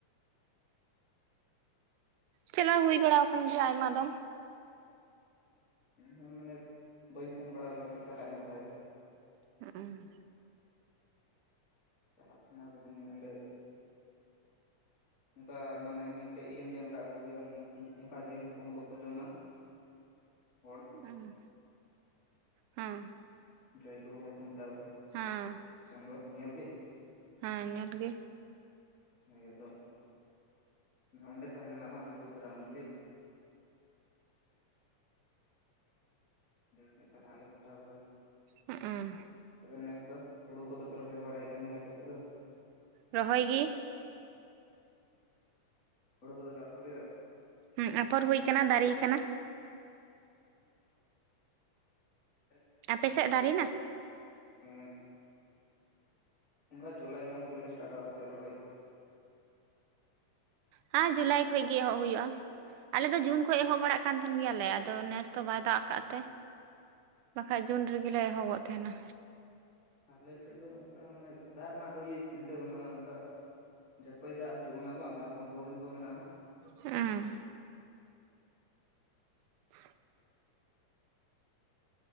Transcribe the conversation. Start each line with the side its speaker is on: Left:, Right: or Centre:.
Right: ᱪᱟᱞᱟᱣ ᱦᱩᱭ ᱵᱟᱲᱟ ᱟᱠᱟᱱ ᱜᱮᱭᱟ ᱟᱭᱢᱟ ᱫᱚᱢ
Left: ᱤᱧ ᱦᱚᱸ ᱢᱟᱱᱮ ᱵᱟᱹᱧ ᱥᱮᱱ ᱵᱟᱲᱟ ᱟᱠᱟᱱ ᱛᱮ ᱪᱟᱞᱟᱜ ᱤᱧ ᱜᱚᱴᱟᱭ ᱮᱫᱟ᱾
Right: ᱦᱩᱸ
Left: ᱪᱟᱞᱟᱜ ᱥᱟᱱᱟ ᱠᱟᱫᱤᱧᱟ ᱚᱸᱰᱮ ᱚᱱᱠᱟ ᱢᱟᱱᱮ ᱢᱤᱫᱴᱮᱡ ᱤᱭᱟᱹᱢ ᱧᱮᱞ ᱠᱟᱜ ᱠᱚ ᱜᱮᱭᱟᱢ ᱚᱱᱠᱟ ᱡᱤᱞ ᱦᱟᱹᱠᱩ ᱦᱚᱸ ᱵᱟᱠᱚ ᱡᱚᱢᱟ᱾ ᱦᱚᱲ
Right: ᱩᱸ ᱦᱮᱸ
Left: ᱡᱚᱭ ᱜᱩᱨᱩ ᱦᱚᱲ ᱠᱚ ᱢᱮᱛᱟ ᱠᱚᱣᱟ᱾
Right: ᱦᱚᱸ
Left: ᱥᱚᱝᱜᱷᱚ ᱧᱮᱞ ᱜᱮ᱾
Right: ᱦᱮᱸ ᱧᱮᱞ ᱜᱮ
Left: ᱦᱳᱭ ᱟᱫᱚ, ᱚᱸᱰᱮ ᱛᱟᱦᱮᱸ ᱠᱟᱱᱟ ᱵᱟᱝ ᱞᱟᱹᱴᱩ ᱩᱛᱚᱨᱟ ᱢᱚᱱᱫᱤᱨ ᱚᱸᱰᱮ ᱜᱮ ᱦᱟ ᱪᱟᱞᱟᱜ ᱟᱞᱮ ᱜᱚᱴᱟ ᱠᱟᱫᱟ᱾
Right: ᱦᱮᱜ ᱩᱸ
Left: ᱛᱚᱵᱮ ᱱᱮᱥ ᱫᱚ, ᱦᱩᱲᱩ ᱠᱚᱫᱚᱯᱮ ᱨᱚᱦᱚᱭ ᱵᱟᱲᱟᱭᱮᱫ ᱠᱟᱱ ᱜᱮᱭᱟ ᱟᱯᱮ ᱥᱮᱫ ᱫᱚ?
Right: ᱨᱚᱦᱚᱭ ᱜᱮ
Left: ᱦᱳᱲᱳ ᱠᱚᱫᱚ ᱵᱟᱯᱮ ᱨᱚᱦᱚᱭᱟ ᱾
Right: ᱦᱮᱸ ᱟᱯᱷᱚᱨ ᱦᱩᱭ ᱟᱠᱟᱱᱟ ᱫᱟᱨᱮᱭ ᱟᱠᱟᱱᱟ᱾
Left: ᱦᱮᱸ
Right: ᱟᱯᱮ
Left: <unintelligible>
Right: ᱥᱮᱫ ᱫᱟᱨᱮᱱᱟ
Left: ᱦᱩᱸ ᱚᱱᱠᱟ ᱡᱩᱞᱟᱭ ᱜᱟᱱ ᱠᱷᱚᱡ ᱞᱮ ᱥᱴᱟᱴᱟ ᱥᱮᱫ ᱨᱚᱦᱚᱭ
Right: ᱦᱮᱸ ᱡᱩᱞᱟᱭ ᱠᱷᱚᱡ ᱜᱮ ᱮᱦᱚᱵ ᱦᱩᱭᱩᱜᱼᱟ᱾ ᱟᱞᱮ ᱫᱚ ᱡᱩᱱ ᱠᱷᱚᱱᱚᱡ ᱮᱦᱚᱵ ᱵᱟᱲᱟᱜ ᱠᱟᱱ ᱛᱟᱦᱮᱱ ᱜᱮᱭᱟᱞᱮ ᱟᱫᱚ ᱱᱮᱥ ᱫᱚ ᱵᱟᱭ ᱫᱟᱜ ᱟᱠᱟᱫ ᱛᱮ ᱵᱟᱠᱷᱟᱡ ᱡᱩᱱ ᱨᱮᱜᱮ ᱮᱦᱚᱵᱚᱜ ᱛᱟᱦᱮᱱᱟ᱾
Left: ᱟᱞᱮ ᱥᱮᱫ ᱫᱚ ᱚᱱᱠᱟ ᱢᱟᱱᱮ ᱫᱟᱜ ᱨᱮᱱᱟᱜ ᱫᱚ ᱤᱭᱟᱹ ᱪᱤᱱᱛᱟᱹ ᱵᱟᱹᱱᱩᱜᱼᱟ ᱚᱱᱠᱟ᱾ ᱡᱟᱹᱯᱟᱹᱭ ᱫᱟᱜ ᱦᱤᱡᱩᱜ ᱠᱟᱱᱟ ᱵᱟᱝ ᱟᱨᱦᱚᱸ ᱵᱳᱨᱤᱝ ᱠᱚ ᱢᱮᱱᱟᱜᱼᱟ᱾
Right: ᱦᱮᱸ <unintelligible>